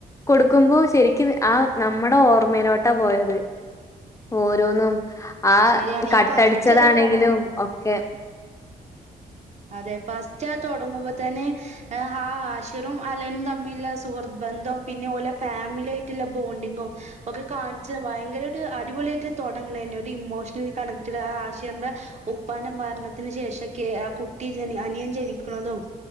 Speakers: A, on the left; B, on the right.
A: കൊടുക്കുമ്പോ ശരിക്കും ആ നമ്മുടെ ഓർമ്മയിലോട്ടാ പോയത് ഓരോന്നും ആ
B: ശരിയാണ്
A: കട്ടടിച്ചതാണെങ്കിലും
B: ഈ ഫസ്റ്റ് അത് തുടങ്ങുമ്പോ
A: ഒക്കെ
B: അതെ ഫസ്റ്റ് ആ തൊടങ്ങുമ്പൊ തന്നെ എഹ് ആ ആഷിറും അലനും തമ്മിലുള്ള സുഹൃത്ത്ബന്ധവും പിന്നെ ഓലെ ഫാമിലി ആയിറ്റ്ള്ള ബോണ്ടിങ്ങും ഒക്കെ കാണിച്ച് ഭയങ്കര ഒരു അടിപൊളിയായിട്ട് തൊടങ്ങ്ണ്തന്നെ ഒരു ഇമോഷണലി കണക്റ്റഡ് ആ ആശിർന്റെ ഉപ്പാന്റെ മരണത്തിന് ശേഷെക്കെ ആ കുട്ടി ജനി അനിയൻ ജനിക്ക്ണതും